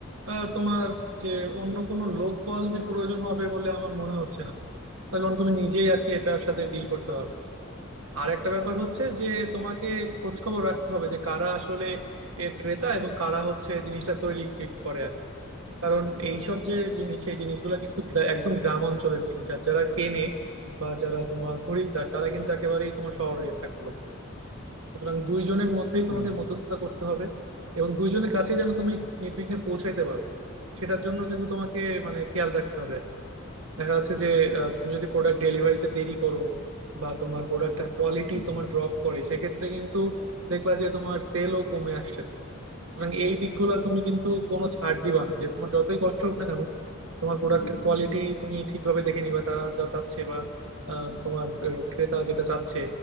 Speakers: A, on the right; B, on the left.
A: আহ, তোমার যে অন্য কোনো লোকবল যে প্রয়োজন হবে বলে আমার মনে হচ্ছে না তার কারণ তুমি নিজেই আর কি এটার সাথে ডিল করতে পারবে আর একটা ব্যাপার হচ্ছে যে তোমাকে খোঁজ খবর রাখতে হবে যে কারা আসলে এর ক্রেতা এবং কারা হচ্ছে জিনিসটা তৈরি করে আর কি। কারণ এইসব যে জিনিস এই জিনিসগুলো কিন্তু গ্রা- একদম গ্রাম অঞ্চলের জিনিস আর যারা কেনে বা যারা তোমার খরিদ্দার তারা কিন্তু একেবারেই তোমার শহরে থাকে লোকজন সুতরাং দুইজনের মধ্যেই তোমাকে
B: হুম
A: মধ্যস্থতা করতে হবে এবং দুইজনের কাছে যেন তুমি নির্বিঘ্নে পৌঁছাইতে পারো সেটার জন্য কিন্তু তোমাকে মানে খেয়াল রাখতে হবে আর কি। দেখা যাচ্ছে যে আহ, তুমি যদি প্রোডাক্ট ডেলিভারিতে দেরি করো বা তোমার প্রোডাক্টের কোয়ালিটি
B: হুম
A: তোমার ড্রপ করে সেক্ষেত্রে কিন্তু দেখবা যে তোমার সেলও কমে আসছে সুতরাং এই দিকগুলো তুমি কিন্তু কোনো ছাড় দিবা না যে তোমার যতই কষ্ট হোক না কেন তোমার প্রোডাক্টের
B: হুম হুম হুম
A: কোয়ালিটি তুমি ঠিকভাবে দেখে নিবা তারা যা চাচ্ছে বা আহ, তোমার আহ, ক্রেতা যেটা চাচ্ছে